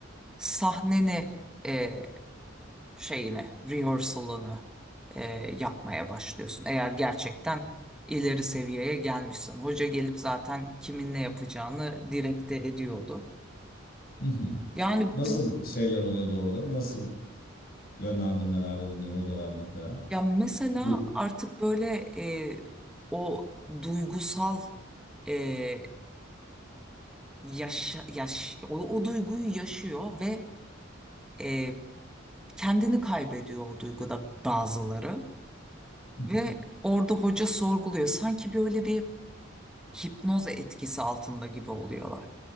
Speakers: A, in the centre; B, on the left.
A: sahneni e, şeyini, rehearsal'ını e, yapmaya başlıyorsun. Eğer gerçekten ileri seviyeye gelmişsin. Hoca gelip zaten kimin ne yapacağını direkte ediyordu.
B: <laughs>
A: Yani
B: Nasıl
A: bu
B: şeyler oluyordu orada? Nasıl yönlendirmelerde bulunuyor hocalar mesela?
A: ya mesela
B: Bu
A: artık böyle e, o duygusal e, yaşa, yaş, o, o duyguyu yaşıyor ve e, kendini kaybediyor o duyguda bazıları
B: <laughs>
A: ve orada hoca sorguluyor. Sanki böyle bir hipnoz etkisi altında gibi oluyorlar